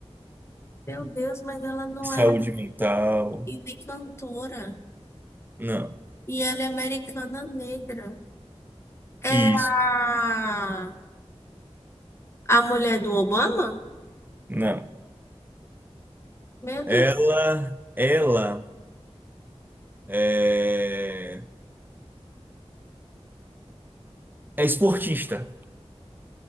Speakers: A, on the left; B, on the right.
A: Meu Deus, mas ela não
B: Saúde
A: é
B: mental.
A: e nem cantora.
B: Não.
A: E ela é americana negra.
B: Isso.
A: É a, a mulher do Obama?
B: Não.
A: Meu Deus.
B: Ela, ela é, é esportista.